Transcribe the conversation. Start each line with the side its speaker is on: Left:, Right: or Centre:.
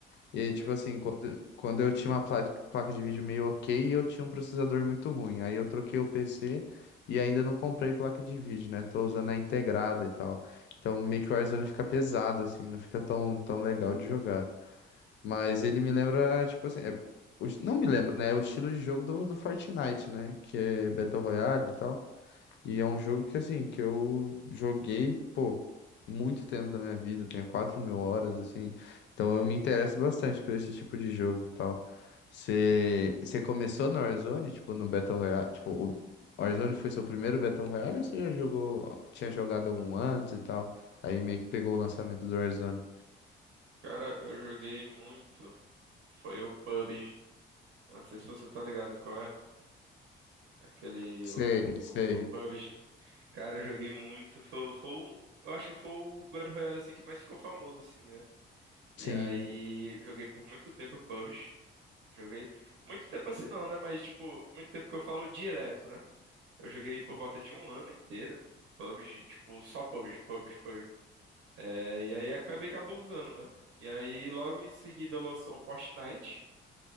Left: E aí, tipo
Right: Sim.
Left: assim, quando, quando eu tinha uma pla- placa de vídeo meio ok, eu tinha um processador muito ruim. Aí eu troquei o PC e ainda não comprei placa de vídeo, né? Tô usando a integrada e tal. Então meio que o Warzone fica pesado, assim, não fica tão, tão legal de jogar. Mas ele me lembra, tipo assim, é- o- não me lembra, né? É o estilo de jogo do, do Fortnite, né? Que é Battle Royale e tal. E é um jogo que, assim, que eu joguei, pô, muito tempo da minha vida, eu tenho 4 mil horas, assim, então eu me interesso bastante por esse tipo de jogo e tal. Você começou no Warzone, tipo, no Battle Royale, tipo, o Warzone foi seu primeiro Battle Royale ou você já jogou, tinha jogado algum antes e tal? Aí meio que pegou o lançamento do Warzone.
Right: Cara, eu joguei muito, foi o PUBG. Não sei se você tá ligado qual é. Aquele,
Left: Sei,
Right: o,
Left: sei,
Right: o, o o PUBG. Cara, eu joguei muito. Foi, foi, o- eu acho que foi o Battle Royale, assim, que mais ficou famoso, assim, né? E
Left: sim,
Right: aí, joguei por muito tempo PUBG. Joguei, muito tempo assim não, né? Mas, tipo, muito tempo que eu falo direto, né? Eu joguei por volta de um ano inteiro. PUBG, tipo, só PUBG, PUBG, PUBG. É, e aí, acabei cabulosando, né? E aí, logo em seguida, lançou o Fortnite.